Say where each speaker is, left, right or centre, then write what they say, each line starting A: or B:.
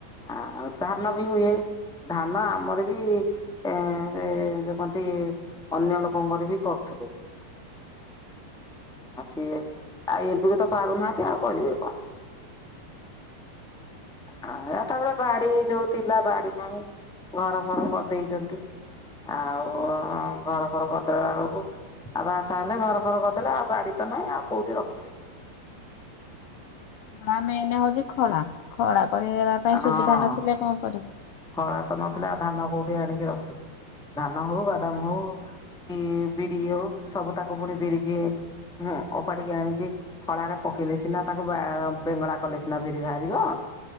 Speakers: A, in the centre; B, on the left.
A: ଆଉ ଧାନ ବି ହୁଏ। ଧାନ ଆମର ବି ଏ ସେ ଯଉ କନ୍ତି ଅନ୍ୟ ଲୋକଙ୍କର ବି କରୁଥିଲେ। ସିଏ ଆଉ ଏବେ କୁ ତ ପାରୁନାହାନ୍ତି ଆଉ କରିବେ କଣ? ଆ ତାପରେ ବାଡି ଯୋଉ ଥିଲା, ବାଡି ନାହିଁ, ଘର ଫର କରିଦେଇଛନ୍ତି। ଆଉ ଘର ଫର କରିଦେଲା ବେଳକୁ, ଆଉ ବାହା ସାହା ହେଲେ ଘର ଫର କରିଦେଲେ ଆଉ ବାଡି ତ ନାହିଁ ଆଉ କୋଉଠି ରଖିବେ।
B: ଖ ମେନ୍ ହଉଛି ଖଳା, ଖଳା କରିବା ପାଇଁ
A: ହଁ।
B: ସୁବିଧା ନଥିଲେ କଣ କରିବୁ?
A: ଖଳା ତ ନଥିଲା ଧାନ କୋଉଠି ଆଣିକି ରଖିବେ, ଧାନ ହଉ ବାଦାମ ହଉ କି ବିରି ହଉ ସବୁ ତାକୁ ପୁଣି ବିରିକି ଓପାଡିକି ଆଣିକି ଖଳାରେ ପକେଇଲେ ସିନା, ତାକୁ ବେଙ୍ଗଳା କଲେ ସିନା ବିରି ବାହାରିବ।